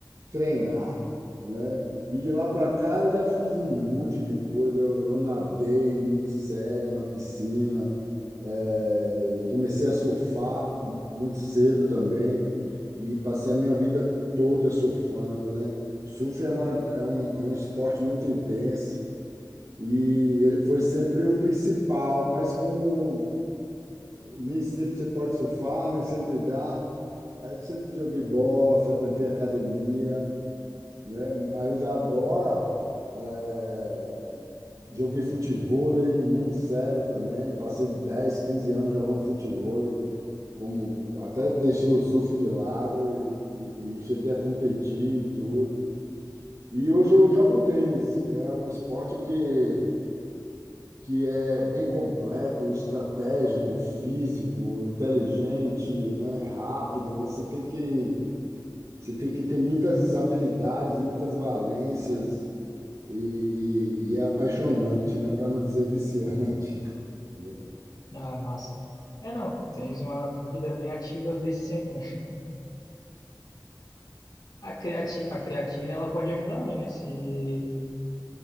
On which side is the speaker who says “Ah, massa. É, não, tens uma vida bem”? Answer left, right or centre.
Left